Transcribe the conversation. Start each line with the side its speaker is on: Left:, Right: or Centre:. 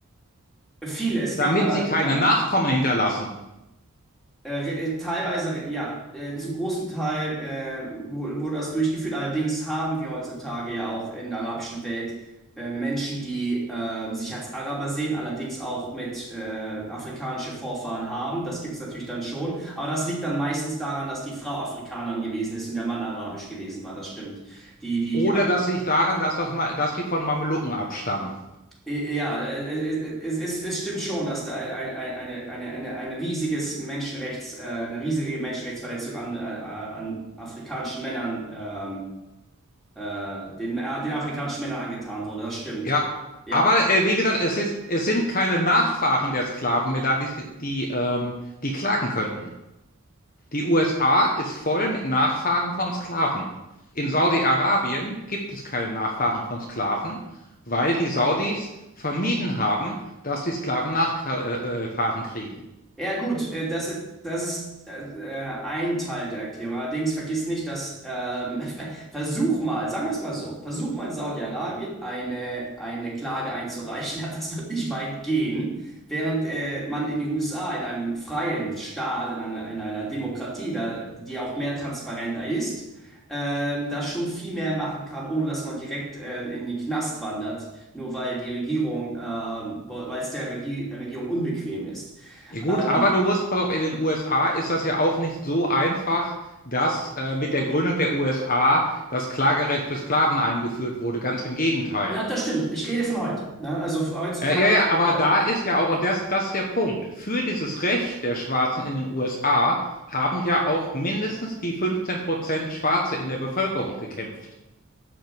Centre: Viele, es
Left: damit
Centre: gab aber,
Left: sie keine
Centre: ja,
Left: Nachkommen hinterlassen.
Centre: äh, äh, teilweise, ja, äh, zum großen Teil äh, wu- wurde das durchgeführt. Allerdings haben wir heutzutage ja auch in der arabischen Welt äh, Menschen, die äh, sich als Araber sehen, allerdings auch mit äh, afrikanische Vorfahren haben. Das gibt es natürlich dann schon. Aber das liegt dann meistens daran, dass die Frau Afrikanerin gewesen ist und der Mann arabisch gewesen war. Das stimmt. Die, die
Left: Oder das liegt daran, dass, das mal, dass die von Mamelucken abstammen.
Centre: Ja, äh, äh, es, es, es, es stimmt schon, dass da ein, ein, eine, eine, eine, ein riesiges Menschenrechts, äh, eine riesige Menschenrechtsverletzung an, äh, an afrikanischen Männern, ähm, äh, den, äh, den afrikanischen Männern angetan wurde. Das stimmt.
Left: Ja.
Centre: Ja.
Left: Aber äh, wie gesagt, es ist, es sind keine Nachfahren der Sklaven mehr da, die, die, ähm, die klagen könnten. Die USA ist voll mit Nachfahren von Sklaven. In Saudi-Arabien gibt es keine Nachfahren von Sklaven, weil die Saudis vermieden haben, dass die Sklaven Nachfahren kriegen.
Centre: Ja, gut, äh, das, das ist äh, äh, ein Teil der Erklärung. Allerdings vergiss nicht, dass ähm, <laughs> versuch mal, sagen wir es mal so, versuch mal in Saudi-Arabien eine, eine Klage einzureichen. <laughs> Ja, Das wird nicht weit gehen, während äh, man in den USA, in einem freien Staat, in einer, in einer Demokratie, da, die auch mehr transparenter ist, ähm, da schon viel mehr machen kann, ohne dass man direkt äh, in den Knast wandert, nur weil die Regierung, ähm, weil es der Regie Regierung unbequem ist.
Left: Ja, gut,
Centre: Ähm,
Left: aber du musst, pass auf, in den USA ist das ja auch nicht so einfach, dass äh, mit der Gründung der USA das Klagerecht für Sklaven eingeführt wurde. Ganz im Gegenteil.
Centre: Ja, das stimmt. Ich rede von heute. Ne? Also heutzutage
Left: Äh, ja, ja, aber
Centre: oder
Left: da ist ja auch, und das, das ist der Punkt, für dieses Recht der Schwarzen in den USA haben ja auch mindestens die 15 Prozent Schwarze in der Bevölkerung gekämpft.